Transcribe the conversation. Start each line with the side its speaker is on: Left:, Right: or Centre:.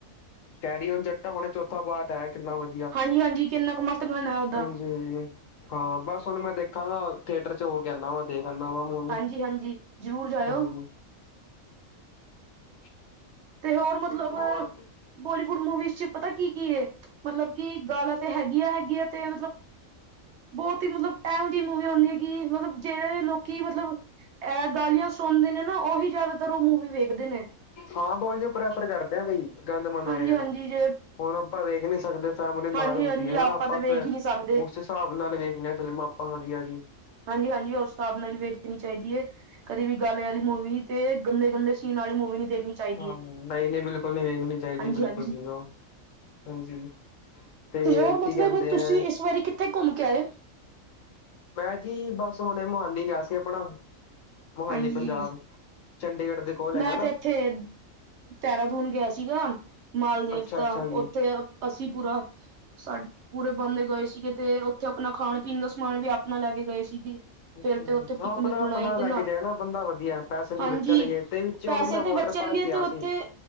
Left: ਕੈਰੀਓਨ ਜੱਟਾ ਹੁਣੇ ਚੌਥਾ ਪਾਟ ਆਇਆ ਕਿੰਨਾ ਵਧੀ
Right: ਹਾਂਜੀ-ਹਾਂਜੀ ਕਿੰਨਾ ਕੁ ਮਸਤ ਗਾਣਾ ਓਦਾ‌
Left: ਹੂੰ ਹਾਂ ਬਸ ਹੁਣ ਮੈਂ ਦੇਖਾਂਗਾ ਥੀਏਟਰ 'ਚ ਹੋ ਕੇ ਆਣਾ ਵਾਂ। ਦੇਖ ਆਣਾ ਵਾ ਮੂਵੀ
Right: ਹਾਂਜੀ ਹਾਂਜੀ ਜ਼ਰੂਰ ਜਾਇਓ
Left: ਹਾਂਜੀ। <inaudible>
Right: ਤੇ ਹੋਰ ਮਤਲਬ
Left: ਹੋਰ
Right: ਬੋਲੀਵੁੱਡ ਮੂਵੀਜ਼ 'ਚ ਪਤਾ ਕੀ-ਕੀ ਏ ਮਤਲਬ ਕਿ ਗਾਲਾਂ ਤੇ ਹੈਗੀਆਂ-ਹੈਗੀਆਂ ਤੇ ਮਤਲਬ ਬੋਤ ਈ ਮਤਲਬ ਇਹੋ ਜਿਹੀ ਮੂਵੀ ਹੁੰਦੀ ਆਂ ਕਿ ਮਤਲਬ ਜੇੜੇ ਲੋਕੀ ਮਤਲਬ ਐ ਗਾਲੀਆਂ ਸੁਣਦੇ ਨੇ ਨਾ ਉਹੀ ਜਾਦਾਤਰ ਓ ਮੂਵੀ ਵੇਖਦੇ ਨੇ।
Left: ਹਾਂ ਬਹੁ ਉਹੀ ਪ੍ਰੈਫਰ ਕਰਦੇ ਆਾਂ ਬਈ ਗੰਦ ਮੰੰਦ
Right: ਹਾਂਜੀ
Left: ਵੇਖਣਾ
Right: ਹਾਂਜੀ ਜੇ
Left: ਹੁਣ ਆਪਾਂ ਵੇਖ ਨੀ ਸਕਦੇ। ਫੈਮਿਲੀ ਨਾਲ
Right: ਹਾਂਜੀ
Left: ਹੁੰਦੀ
Right: ਹਾਂਜੀ
Left: ਹੈ ਹਨਾ ਆਪਾਂ
Right: ਤਾਂ ਵੇਖ
Left: ਫਿਰ
Right: ਹੀ ਨਹੀਂ ਸਕਦੇ
Left: ਉਸ ਹਿਸਾਬ ਨਾਲ ਵੇਖਦੇ ਹਾਂ ਫ਼ਿਲਮ ਆਪਾਂ ਵਧੀਆ ਜੀ।
Right: ਹਾਂਜੀ-ਹਾਂਜੀ ਉਸ ਹਿਸਾਬ ਨਾਲ ਵੀ ਵੇਖਣੀ ਚਾਈਦੀ ਏ। ਕਦੀ ਵੀ ਗਾਲੇ ਵਾਲੀ ਮੂਵੀ ਤੇ ਗੰਦੇ-ਗੰਦੇ ਸੀਨ ਵਾਲੀ ਮੂਵੀ ਨੀ ਦੇਖਣੀ। ਚਾਹੀਦੀ
Left: ਹਾਂ
Right: ਹੈ
Left: ਨਈ-ਨਈ ਬਿਲਕੁਲ ਨਈ ਵੇਖਣੀ ਚਾਈਦੀ
Right: ਹਾਂਜੀ
Left: ਬਿਲਕੁਲ
Right: ਹਾਂਜੀ
Left: ਜੀ ਓ ਹਾਂਜੀ। ਤੇ
Right: ਹੋਰ
Left: ਕੀ
Right: ਮਤਲਬ
Left: ਕੈਂਦੇ
Right: ਤੁਸੀਂ
Left: ਆ।
Right: ਇਸ ਵਾਰੀ ਕਿੱਥੇ ਘੁੰਮ ਕੇ ਆਏ।
Left: ਮੈ ਜੀ ਬਸ ਹੁਣੇ ਮੋਹਾਲੀ ਗਿਆ ਸੀ ਆਪਣਾ ਮੋਹਾਲੀ
Right: ਹਾਂਜੀ
Left: ਪੰਜਾਬ ਚੰਡੀਗੜ੍ਹ ਦੇ ਕੋਲ ਹੈਗਾ
Right: ਮੈਂ
Left: ਨਾ।
Right: ਤੇ ਇੱਥੇ ਦੇਹਰਾਦੂਨ ਗਿਆ ਸੀਗਾ ਮਾਲ ਦੇਵਤਾ
Left: ਅੱਛਾ ਅੱਛਾ ਜੀ
Right: ਉੱਥੇ ਅਸੀ ਪੂਰਾ ਸਾ ਪੂਰੇ ਬੰਦੇ ਗਏ ਸੀਗੇ ਤੇ ਉੱਥੇ ਆਪਣਾ ਖਾਣ ਪੀਣ ਦਾ ਸਮਾਨ ਵੀ ਆਪਣਾ ਲੈ ਕੇ ਗਏ ਸੀਗੇ।
Left: ਅੱਛਾ
Right: ਫਿਰ ਤੇ ਉੱਥੇ ਪਿਕਨਿਕ
Left: ਹਾਂ ਆਪਣਾ
Right: ਮਨਾਈ
Left: ਆਪਣਾ
Right: ਕਿ
Left: ਲੈ
Right: ਨਾ।
Left: ਕੇ ਜਾਏ ਬੰਦਾ ਵਧੀਆ ਪੈਸੇ ਵੀ
Right: ਹਾਂਜੀ
Left: ਬਚਣਗੇ ਤੇ ਵਿੱਚ
Right: ਪੈਸੇ
Left: ਉਨਾਂ ਦਾ ਵੋਟਰ
Right: ਤੇ ਬਚਣਗੇ
Left: ਪਾਰਕ ਗਿਆ
Right: ਤੇ ਉੱਥੇ
Left: ਸੀ।